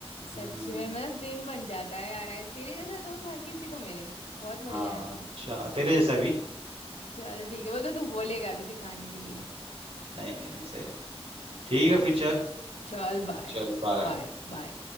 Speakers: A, on the right (about 60°); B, on the left (about 85°).
A: हम्म
B: सच में मतलब दिन बन जाता है यार ऐसे- तेरे जैसा दोस्त हर किसी को मिले बहुत बढ़िया
A: हाँ
B: है तू
A: अच्छा तेरे जैसा भी
B: चल ठीक है वो तो तू बोलेगा अभी दिखाने के लिए
A: नहीं नहीं नहीं सही में ठीक
B: चल
A: है फिर
B: ठीक
A: चल
B: है चल बाय
A: चल बाय
B: Bye bye